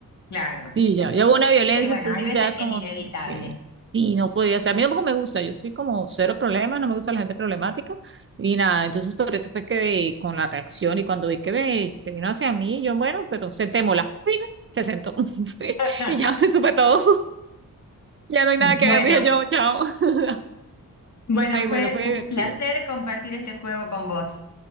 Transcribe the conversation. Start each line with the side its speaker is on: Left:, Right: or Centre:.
Left: Claro.
Right: Sí, ya, ya hubo una violencia,
Left: Sí, bueno,
Right: entonces
Left: hay veces
Right: ya como,
Left: que es inevitable.
Right: que sí, sí, no podía ser. A mí tampoco me gusta, yo soy como cero problemas, no me gusta la gente problemática y nada, entonces por eso fue que con la reacción y cuando vi que ve, se vino hacia mí, yo, bueno, pero sentémosla. Fija, Se sentó <laughs>
Left: <laughs>
Right: y ya se supe todo, <laughs> ya no hay nada que
Left: Bueno.
Right: ver, dije yo, chao. <laughs>
Left: Bueno,
Right: Ay, bueno,
Left: fue
Right: fue
Left: un
Right: divertido.
Left: placer compartir este juego con vos.